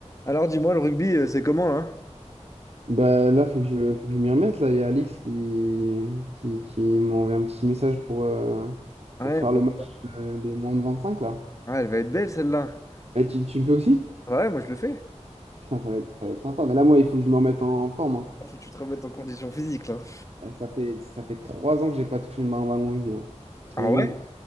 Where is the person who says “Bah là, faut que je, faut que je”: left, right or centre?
Right